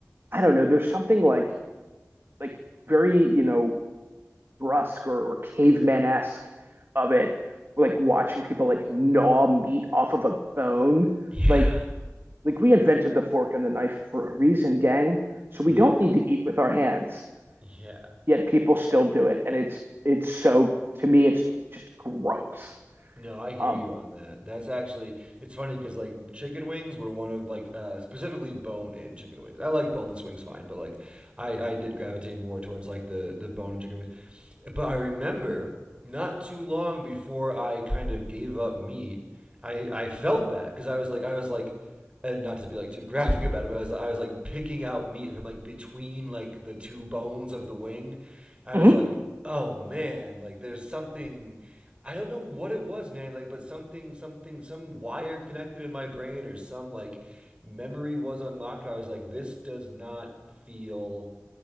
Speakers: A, on the right; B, on the right.
A: I don't know, there's something like like very you know brusque or, or caveman esque of it, like watching people like gnaw meat off of a bone.
B: Yeah.
A: Like like we invented the fork and the knife for a reason, gang. So
B: yeah,
A: we don't need to eat with our hands.
B: yeah.
A: Yet people still do it, and it's it's so to me it's just gross.
B: No, I hear
A: Um,
B: you on that. That's actually it's funny because like chicken wings were one of like uh, specifically bone-in chicken wings. I like boneless wings fine, but like I I did gravitate more towards like the the bone-in chicken wings. But I remember not too long before I kind of gave up meat, I I felt that because I was like I was like and not to be like too graphic about it, but I was I was like picking out meat from like between like the two bones of the wing. I was
A: mhm.
B: like, oh man, like there's something. I don't know what it was, man. Like, but something, something, some wire connected in my brain or some like memory was unlocked. I was like, this does not feel